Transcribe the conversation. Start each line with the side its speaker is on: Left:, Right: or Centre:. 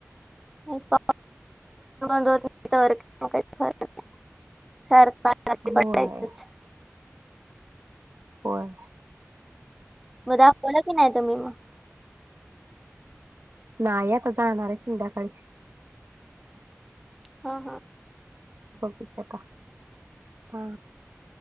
Centre: होत नाही तर काहीर नाही सारख आजारी
Right: होय
Centre: पडायचंच.
Right: होय
Centre: मग दाखवलं की नाही तु मही मग
Right: नाही आता सांगणार आहे संध्याकाळी
Centre: हा हा
Right: बघीतल का हा